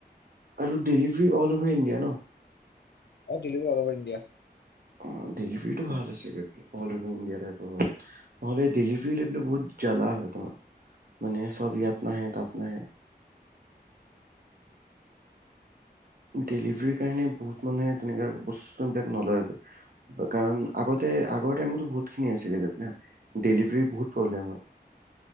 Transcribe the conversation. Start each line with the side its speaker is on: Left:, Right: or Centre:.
Right: আৰু ডেলিভাৰী অল অভাৰ ইণ্ডিয়া ন।
Left: Delivery all over India.
Right: অহ ', ডেলিভাৰীটো ভাল আছে গৈ অলভাৰ ইণ্ডিয়া নহলে ডেলিভাৰ লৈ বহুত জ্বালা হয় তোমাৰ মানে চব ইয়াত নাহে তাত নাহে। ডেলিভাৰীৰ কাৰণে বহুত মানুহে তেনো বস্তুবিলাক নলয়গৈ কাৰণ আগতে আগৰ টাইমতো বহুতিন আছিল ডেলিভাৰী বহুত প্ৰব্লেম হয়।